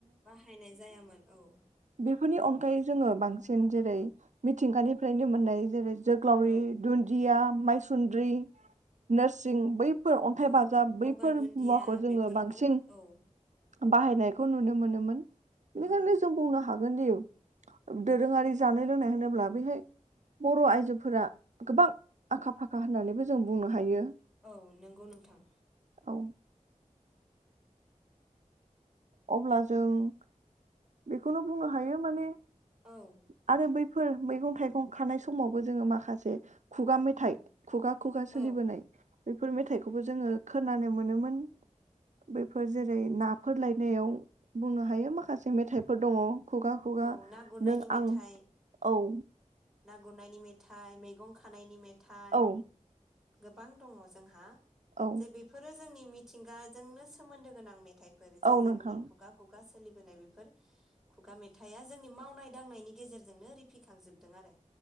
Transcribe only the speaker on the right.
बेफोरनि अनगायै जोङो बांसिन जेरै मिथिंगानिफ्रायनो मोननाय जेरै जोग्लावरि
दुन्दिया माइसुन्द्रि नोरसिं अन्थाइ
बाजाब बैफोर
मुवाखौ जोङो
बांसिन
बाहायनायखौ नुनो मोनोमोन बिनिखायनो
जोंबो हागोनदि दोरोङारि जानाय लोंनाय होनोब्ला बैहाय बर' आइजोफोरा गोबां आखा फाखा होननानैबो जों बुंनो हायो हायो
औ अब्ला जों बेखौनो बुंनो हायो माने
आरो बैफोर मैगं थाइगं खानाय समावबो जोङो माखासे खुगा मेथाइ खुगा खुगा सोलिबोनाय
बेफोर मेथाइखौबो जोङो खोनानो मोनोमोन बैफोर जेरै नाफोर लाय नायाव बुंनो हायो माखासे मेथाइफोर दङ खुगा खुगा
नों
आं ओव
औ
औ
औ
नोंथां